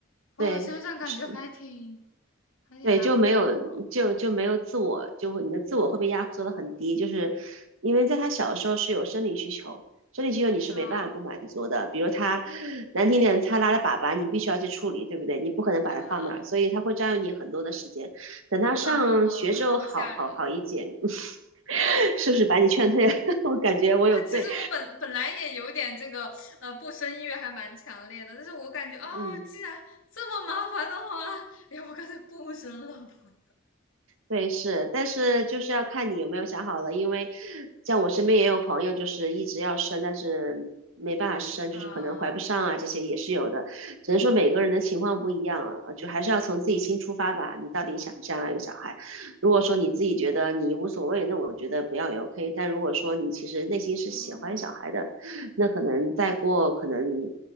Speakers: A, on the left (about 80°); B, on the right (about 80°).
A: 啊、
B: 对，
A: 想想感觉还挺
B: 是
A: 还挺难过的
B: 对，就没有就就没有自我，就会你的自我会被压缩的很低，就是因为在他小的时候是有生理需求，生理需求你是没办法不满足的，
A: 啊。
B: 比如他难听点，他拉了粑粑，你必须要去处理，对不对？你不可能把它放那儿，
A: 对啊，
B: 所以他会占用你很多的时间。
A: <laughs>
B: 等他上学之后好，
A: 哼哼哼，好吓人。
B: 好好一点，<laughs> 是不是把你劝退了？<laughs> 我感觉我有罪，
A: 啊，其实我本本来也有点这个呃不生意愿还蛮强烈的，但是我感觉啊，
B: 嗯。
A: 既然这么麻烦的话，要不干脆不生了吧？
B: 对，是，但是就是要看你有没有想好了，因为像我身边也有朋友，就是一直要生，但是没办法生，
A: 啊，
B: 就是可能怀不上啊，这些也是有的。只能说每个人的情况不一样啊，就还是要从自己心出发吧。你到底想不想要有小孩？如果说你自己觉得你无所谓，那我觉得不要也 OK。但如果说你其实内心是喜欢小孩的，
A: 嗯
B: 那可能再过可能